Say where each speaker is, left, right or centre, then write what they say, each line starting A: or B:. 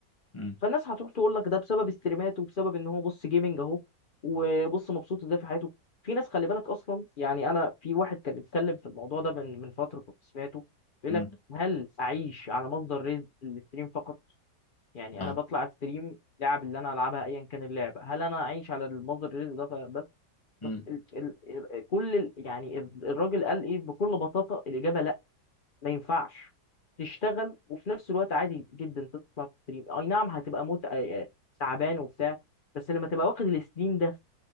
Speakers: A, on the left; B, on the left.
A: مم.
B: فالناس هتروح تقول لك ده بسبب استريماته وبسبب ان هو بص جيمنج اهو وبص مبسوط ازاي في حياته في ناس خلي بالك اصلا يعني انا في واحد كان بيتكلم في الموضوع ده من من فتره كنت سمعته بيقول
A: مم.
B: لك هل اعيش على مصدر رزق الاستريم فقط يعني
A: اه
B: انا بطلع استريم لعب اللي انا العبها ايا كان اللعبه هل انا اعيش على المصدر الرزق ده ف- بس
A: مم.
B: بس ال- ال- ال- كل ال- يعني الراجل قال ايه بكل بساطه الاجابه لا ما ينفعش تشتغل وفي نفس الوقت عادي جدا تطلع تستريم اي نعم هتبقى موت آه، آه، تعبان وبتاع بس لما تبقى واخد الستريم ده